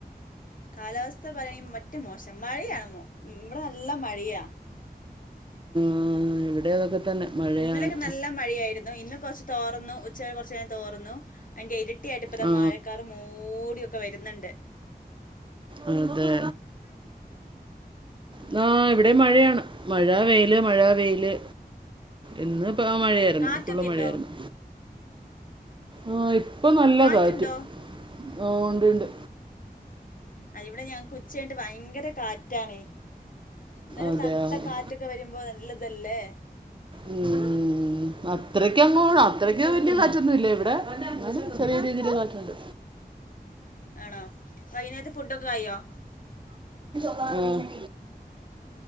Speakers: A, on the left; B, on the right.
A: കാലാവസ്ഥ പറയാണെങ്കി മറ്റെ മോശം മഴയാണ് മോ ഉം ഉം ഇവ്ടെ നല്ല മഴയാ
B: ഉം ഉം ഇവ്ടേയും അതൊക്കെ തന്നെ മഴയാണ്
A: ഇന്നലൊക്കെ നല്ല മഴയായിര്ന്നു ഇന്ന് കൊർച്ച് തോറ്ന്നു ഉച്ച കഴിഞ്ഞ് കൊർച്ചേരം തോറ്ന്നു അയ്ന്റെ ഇരട്ടി അയിട്ട് ഇപ്പതാ
B: ആ,
A: മഴക്കാറ് മൂടിയൊക്കെ വര്ന്ന്ണ്ട്
B: അതെ ന്നാഹ് ഇവ്ടേം മഴയാണ് മഴ വെയില് മഴ വെയില് ഇന്ന്പ്പ ആഹ് മഴയായിരുന്നു
A: ഏ കാറ്റൊക്കെ
B: ഫുള്ള് മഴയായിരുന്നു
A: ഉണ്ടോ
B: ആഹ് ഇപ്പൊ നല്ല
A: കാറ്റുണ്ടോ
B: കാറ്റ് ഓഹ് ഉണ്ടുണ്ട്
A: ആഹ് ഇവിടെ ഞങ്ങക്ക് ഉച്ച കഴിഞ്ഞ്ട്ട് വയങ്കര കാ റ്റാണ് ന്നല്ല
B: അതെ
A: തൺത്ത
B: ആ.
A: കാറ്റൊക്കെ വെരുമ്പോ നല്ലതല്ലേ
B: ഉം ഉം ഉം അത്രയ്ക്കങ്ങോ
A: ഉം ഉം
B: അ ത്രയ്ക്ക് വല്ല്യെ കാറ്റൊന്നു ഇല്ല ഇവ്ടെ എന്നാലും ചെറിയ രീതിയില് കാറ്റുണ്ട്
A: ആണോ വൈകുന്നേരത്തെ ഫുഡൊക്കെ ആയോ
B: ഉം